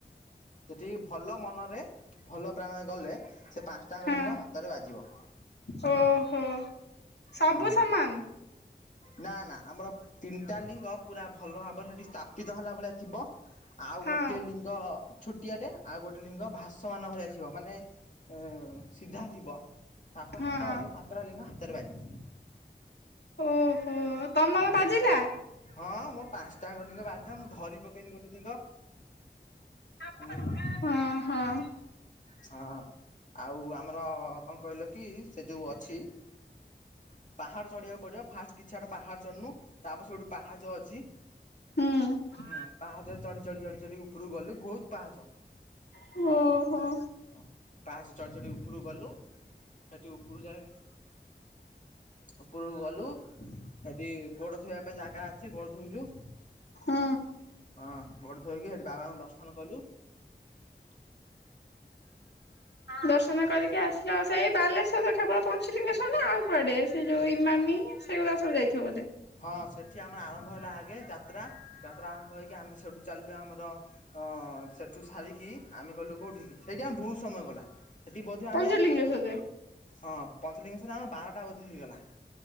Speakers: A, on the left; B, on the left.
A: ସେଠି ଭଲ ମନରେ ଭଲ ପ୍ରାଣରେ ଗଲେ ସେ ପାଞ୍ଚଟାଙ୍ଗ
B: ହଁ
A: ଲିଙ୍ଗ ହାତରେ ବାଜିବ।
B: ଓହୋ ସବୁ
A: ହଁ
B: ସମାନ?
A: ନା ନା ଆମର ତିନିଟା ଲିଙ୍ଗ ପୁରା ଭଲ ଭାବରେ ସେଇଠି ସ୍ଥାପିତ ହେଲା ଭଳିଆ ଥିବ ଆଉ
B: ହଁ
A: ଗୋଟେ ଲିଙ୍ଗ ଛୋଟିଆଟେ ଆଉ ଗୋଟେ ଲିଙ୍ଗ ଭାସମାନ ଭଳିଆ ଥିବ ମାନେ ଏ ସିଧା ଥିବ ତାକୁ
B: ହଁ
A: ହାତ ମାରିବ ପାଞ୍ଚଟା ଲିଙ୍ଗ ହାତରେ ବାଜିବ
B: ଓହୋ ତମର ବାଜିଲା?
A: ହଁ ମୋର ପାଞ୍ଚଟାଙ୍କ ଲିଙ୍ଗ ବାଜିଲା ମୁଁ ଧରି ପକେଇନି ଗୋଟେ ଲିଙ୍ଗ
B: <unintelligible>
A: ହୁଁ
B: ହଁ ହଁ।
A: ସାଆ ଆ ଆଉ ଆମର କଣ କହିଲୁ? କି ସେ ଯେଉଁ ଅଛି ପାହାଡ଼ ଚଢ଼ିବାକୁ ପଡ଼ିବ। ଫାଷ୍ଟ କିଛିଆଡେ ପାହାଡ଼ ଚଢନୁ ତାପରେ ସେଠୁ ପାହାଚ ଅଛି
B: ହୁଁ।
A: ହୁଁ ପାହାଚ ଚଢି ଚଢି ଚଢି ଚଢି ଉପରକୁ ଗଲୁ ବହୁତ ପାହାଚ।
B: ହୁଁ ହୁଁ।
A: ହଁ ପାହାଚ ଚଢ଼ି ଚଢ଼ି ଉପରୁ ଗଲୁ ସେଠି ଉପରୁ ଯାଇ ଉପରକୁ ଗଲୁ ସେଠି ଗୋଡ ଧୋଇବା ପାଇଁ ଜାଗା ଅଛି ଗୋଡ ଧୋଇଲୁ
B: ହୁଁ।
A: ହଁ ଗୋଡ ଧୋଇକି ସେଠି ବାବାଙ୍କୁ ଦର୍ଶନ କଲୁ।
B: ଦର୍ଶନ କରିକି ଆସିଲା ଆ ସେଇ ବାଲେଶ୍ଵର କେବଳ ପଞ୍ଚଲିଙ୍ଗେଶ୍ୱର ନା ଆଉ କୁଆଡେ ସେ ଯୋଉ ଇମାମି ସେଗୁରାକ ସବୁ ଯାଇଥିବ ବୋଧେ?
A: ହଁ ସେଠି ଆମର ଆରମ୍ଭ ହେଲା ଆଗେ ଯାତ୍ରା ଯାତ୍ରା ଆରମ୍ଭ ହେଇକି ଆମେ ସେଠୁ ଚାଲିଲୁ ଆମର ଅ ସେଠୁ ସାରିକି ଆମେ ଗଲୁ କୋଉଠିକି ସେଇଠି ଆମେ ବହୁତ ସମୟ ଗଲା ସେଠି ବୋଧ
B: ପଞ୍ଚଲିଙ୍ଗେଶ୍ଵରରେ
A: ଆମେ ହଁ ପଞ୍ଚଲିଙ୍ଗସ୍ୱର ଆମର ବାରଟା ବୋଧେ ହେଇଗଲା